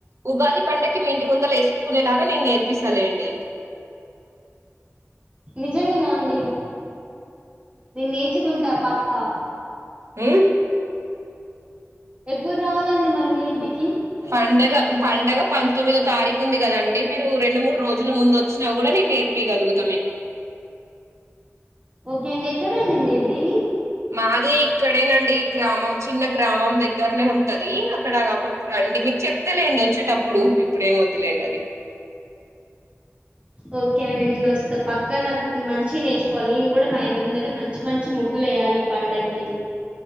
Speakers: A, on the right; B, on the right.
A: ఉగాది పండకి మీ ఇంటి ముందల వేసుకునేలాగా నేను నేర్పిస్తలేండి
B: నిజంగానా అండి నేను నేర్చుకుంటా పక్కా
A: ఉమ్
B: ఎప్పుడు రావాలండి మరి మీ ఇంటికి
A: పండగ పండగ పంతొమ్మిదో తారీఖు ఉంది కదండి మీరు రెండు మూడు రోజుల ముందు వచ్చినా కూడా నేను నేర్పిగలుగుతా మీకు
B: ఓకే అండి ఎక్కడఅన్ డి మీది
A: మాది ఇక్కడేనండి గ్రామం చిన్న గ్రామం దగ్గర్ నే ఉంటది అక్కడ రండి మీకు చెప్తలేండి వచ్చేటప్పుడు ఇప్పుడుేం వద్దులేండి అది
B: ఓకే అండి నేను వస్తా పక్కా నాకు మంచి నేర్చుకోవాలి నేను కూడా మా ఇంటి ముందంటే మంచి మంచి ముగ్గులు వేయ్యాలి ఈ పండగకి